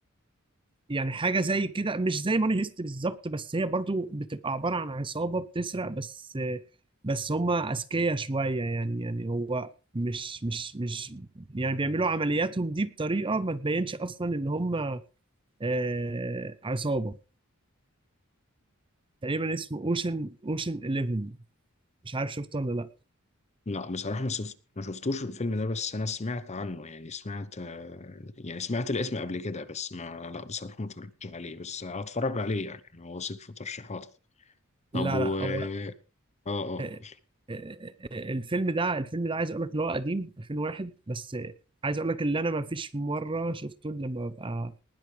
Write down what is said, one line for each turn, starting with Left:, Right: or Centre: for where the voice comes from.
Right: يعني حاجه زي كده مش زي ماني هيست بالظبط بس هي برضو بتبقى عباره عن عصابه بتسرق بس بس هم اذكياء شويه يعني يعني هو مش مش مش يعني بيعملوا عملياتهم دي بطريقه ما تبينش اصلا ان هم آه عصابه تقريبا اسمه اوشن اوشن 11 مش عارف شفته ولا لا
Left: لا بصراحة ما شفت ما شفتوش الفيلم ده بس أنا سمعت عنه يعني سمعت آه، يعني سمعت الاسم قبل كده بس ما لا بصراحة ما اتفرجتش عليه بس هتفرج عليه يعني أنا واثق في ترشيحاتك طب
Right: لا
Left: و
Right: لا
Left: آه
Right: هو
Left: آه آه
Right: آه، آه، آه، آه، الفيلم ده الفيلم ده عايز اقول لك اللي هو قديم 2001 بس آه، عايز اقول لك اللي انا ما فيش مره شفته إلا لما ببقى